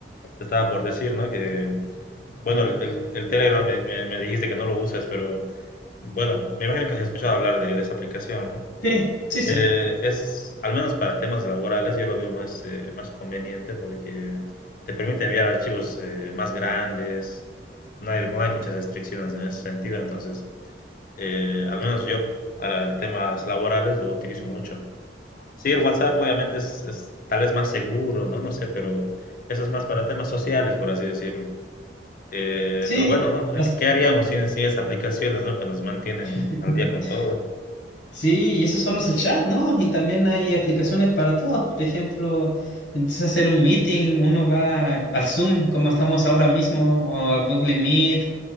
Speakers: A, on the left; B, on the left.
A: te estaba por decir, ¿no? Que, bueno, el, el- el Telegram me, me- me dijiste que no lo usas, pero bueno, me imagino que has escuchado hablar de, de esa aplicación, ¿no?
B: Sí, sí,
A: Eh,
B: sí.
A: es, al menos para temas laborales, yo lo veo más, eh, más conveniente porque te permite enviar archivos eh, más grandes, no hay, no hay muchas restricciones en ese sentido, entonces, eh, al menos yo para temas laborales lo utilizo mucho. Sí, el WhatsApp obviamente es, es tal vez más seguro, ¿no? No sé, pero eso es más para temas sociales, por así decirlo. Eh,
B: Sí,
A: pero bueno, ¿no?
B: las-
A: ¿Qué haríamos sin, sin esas aplicaciones, ¿no? Que nos mantienen
B: <laughs>
A: al día con todo.
B: Sí, y eso solo es el chat, ¿no? Y también hay aplicaciones para todas. Por ejemplo, empiezas a hacer un meeting, uno va al Zoom, como estamos ahora mismo, o al Google Meet,